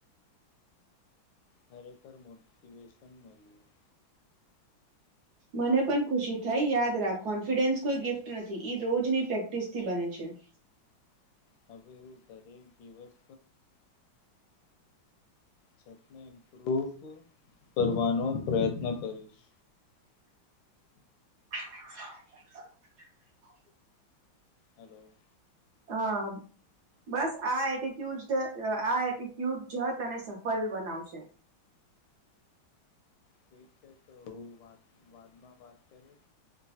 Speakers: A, on the left; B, on the right.
A: ખરેખર મોટિવેશન મળ્યું.
B: મને પણ ખુશી થઈ યાદ રાખ કોન્ફિડન્સ કોઈ ગિફ્ટ નથી ઈ રોજની પ્રેક્ટિસ થી બને છે. <inaudible>
A: હવે હું દરેક દિવસ જાતને ઇમ્પ્રુવ કરવાનો પ્રયત્ન કરીશ.
B: <inaudible>
A: હલો.
B: હા. બસ આ એટીટ્યુડ આ એટીટ્યુડ જત અને સફલ બનાવશે.
A: ઠીક છે તો વા વાદમાં વાત કરીએ